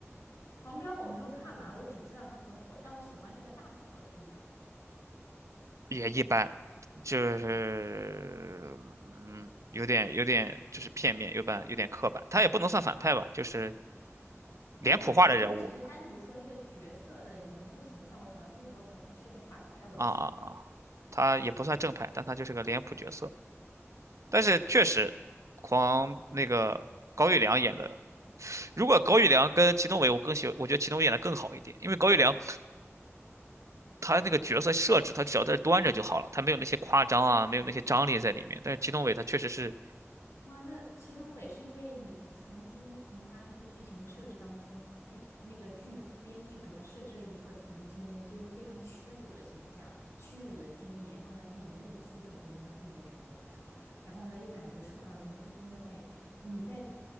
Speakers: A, on the left; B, on the right.
A: 狂飙我没有看完，我只知道他很火，但我喜欢那个大嫂的塑造。
B: 也一般，就是嗯，有点有点就是片面，有点有点刻板。他也不能算反派吧，就是
A: 不不，
B: 脸谱化的人物
A: 我我只是单独说那个角色的人物形象，我喜欢，并没有说他是个反派，我喜欢。
B: 啊啊啊，他也不算正派，但他就是个脸谱角色。但是确实，狂那个高育良演的，如果高育良跟祁同伟，我更喜欢，我觉得祁同伟演的更好一点，因为高育良。他那个角色设置，他只要在这端着就好了，他没有那些夸张啊，没有那些张力在里面。但是祁同伟他确实是
A: 哇，那祁同伟是因为你曾经从他那个剧情设置当中，剧那个剧编剧给他设置了一个曾经就是非常屈辱的形象、屈辱的经历，然后呢，他忍辱负重，根据他自己的感觉来说，然后呢，又感觉受到了什么不公的待遇，你在